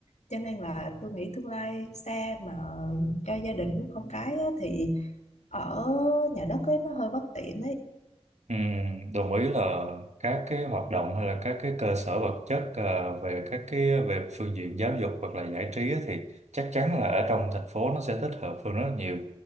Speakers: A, on the left; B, on the right.
A: cho nên là tôi nghĩ tương lai xa mà cho gia đình với con cái á, thì ở nhà đất ấy nó hơi bất tiện ấy
B: Ừm, đồng ý là các cái hoạt động hay là các cái cơ sở vật chất à, về các cái về phương diện giáo dục hoặc là giải trí á, thì chắc chắn là ở trong thành phố nó sẽ thích hợp hơn rất là nhiều